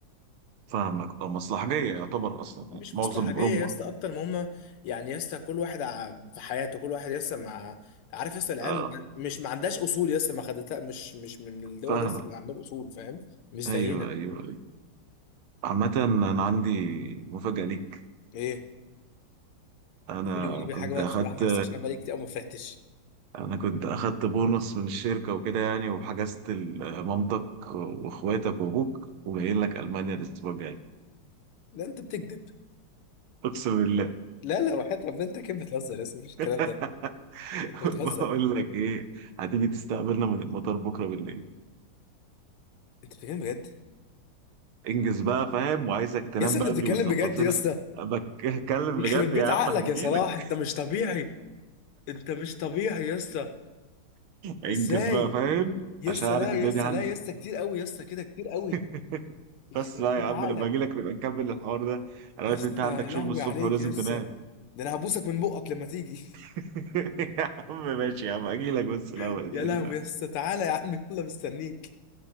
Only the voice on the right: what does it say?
فاهمك اه مصلحجية يعتبر أصلا
يعني معظم
أوروبا
آه
فاهمك
أيوه
أيوه أيوه. عامة أنا عندي مفاجأة ليك
أنا
كنت
أخدت
أنا كنت أخدت بونص من الشركة وكده يعني وحجزت ل- مامتك وإخواتك وأبوك وجايين لك ألمانيا الأسبوع الجاي
أقسم بالله
<laughs>
بقول لك إيه هتيجي تستقبلنا من المطار بكرة بالليل
انجز بقى فاهم وعايزك تنام
بدري
وتظبط
لنا
بتكلم
بجد
يا عم
هنجيلك
انجز
بقى فاهم
عشان
عارف
الدنيا
عندك
<laughs>
بس بقى
يا عم
لما اجي لك نبقى نكمل الحوار ده انا
عارف
انت عندك
شغل الصبح
ولازم
تنام
<laughs> يا عم ماشي يا عم اجي لك بس الاول
ادعيلنا